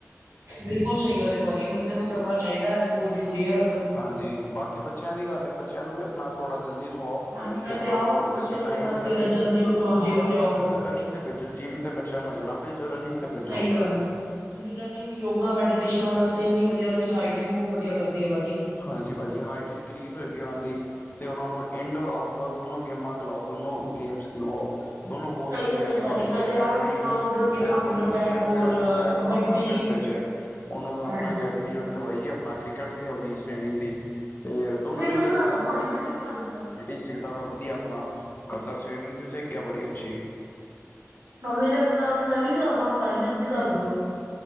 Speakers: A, on the right; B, on the left.
A: ਬਿਲਕੁਲ ਸਹੀ ਗੱਲ ਐ ਭਾਜੀ। ਬੰਦੇ ਨੂੰ ਕਰਨਾ ਚਾਹੀਦਾ ਐ ਤੇ ਬਹੁਤ ਜ਼ਰੂਰੀ ਐ।
B: ਹਾਂਜੀ, ਬਾਕੀ ਬੱਚਿਆਂ ਦੀ ਗੱਲ ਐ। ਬੱਚਿਆਂ ਨੂੰ ਵੀ ਆਪਣਾ ਥੋੜਾ ਜਲਦੀ ਸੁਵਾਓ
A: ਹਾਂਜੀ ਮੈਂ
B: ਤੇ ਆਪਣਾ
A: ਆਪ
B: ਹੋ
A: ਆਪਣੇ ਬੱਚਿਆਂ
B: ਜਲਦੀ
A: ਨੂੰ
B: ਤਾਂ
A: ਕਹਿੰਦਾ
B: ਹੀ ਉੱਠਣਗੇ
A: ਸਵੇਰੇ ਜਲਦੀ ਉੱਠੋ,
B: ਥੋੜਾ
A: ਜਿੰਮ
B: ਆਪਣਾ
A: ਜਾਓ।
B: ਰਨਿੰਗ ਤੇ ਭੇਜੋ। ਜਿੰਮ ਤੇ ਬੱਚਿਆਂ ਨੂੰ ਹਜੇ ਨਾ ਭੇਜੋ, ਰਨਿੰਗ ਤੇ ਭੇਜੋ।
A: ਸਹੀ ਗੱਲ ਹੈ। ਹਾਂਜੀ ਰਨਿੰਗ, ਯੋਗਾ, ਮੈਡੀਟੇਸ਼ਨ ਉਹਨਾਂ ਵਾਤੇ ਇੰਨੀ ਵਧੀਆ ਉਹਨਾਂ ਦੀ ਹਾਈਟ ਵੀ ਬਹੁਤ ਵਧੀਆ ਕਰਦੀ ਏ ਭਾਜੀ।
B: ਹਾਂਜੀ ਭਾਜੀ। ਹਾਈਟ ਇਨਕਰੀਜ਼ ਹੋਏਗੀ ਉਹਨਾਂ ਦੀ ਤੇ ਉਹਨਾਂ ਨੂੰ ਇਨਡੋਰ, ਆਊਟਡੋਰ ਦੋਨੋ ਗੇਮਾ ਚ ਲਾਓ ਦੋਨੋ ਗੇਮਸ ਖਿਲਵਾਓ। ਦੋਨੋ ਬਹੁਤ
A: ਸਹੀ
B: ਵਧੀਆ
A: ਗੱਲ
B: ਹੈਗੇ
A: ਹੈ ਭਾਜੀ
B: ਉਹ ਨੂੰ ਕੋਈ
A: ਮੈਂ
B: ਅਕੈਡਮੀ।
A: ਤੇ ਆਪ ਕਹਿੰਦਾ ਆਊਟਡੋਰ ਗੇਮਾਂ
B: ਮੈਂ ਆਪ
A: ਖੇਲੋ
B: ਆਪਣੇ ਬੱਚੇ
A: ਬੈਟਬੋਲ,
B: ਨੂੰ ਜਿਹੜਾ ਛੋਟਾ
A: ਕਬੱਡੀ
B: ਆਪਣਾ ਫਿਫਥ ਚ। ਉਹਨੂੰ ਮੈਂ ਆਪਣਾ
A: ਹਾਂਜੀ
B: ਅਕੈਡਮੀ ਜੁਆਇਨ ਕਰਵਾਈਏ ਆਪਣਾ ਕ੍ਰਿਕਟ ਤੇ ਉਹਦੀ ਸਵਮਿੰਗ ਦੀ ਤੇ ਦੋਨੋ
A: ਮੈਨੂੰ
B: ਚੀਜ਼ਾਂ
A: ਵੀ ਦੱਸ
B: ਸਹੀ।
A: ਦੋ ਭਾਜੀ ਮੈਂ ਵੀ ਕਰਾ ਦਿੰਦਾ।
B: ਸਿੱਖਦਾ ਵਾ ਵਧੀਆ ਆਪਣਾ ਕਰਦਾ ਸਵੀਮਿੰਗ ਤੇ ਸਿੱਖ ਗਿਆ ਬੜੀ ਅੱਛੀ।
A: ਹ ਮੇਰੇ ਮ ਮੈਂ ਵੀ ਕਰਾਦਾਵਾ ਭਾਜੀ ਮੈਨੂੰ ਵੀ ਦੱਸ ਦੋ।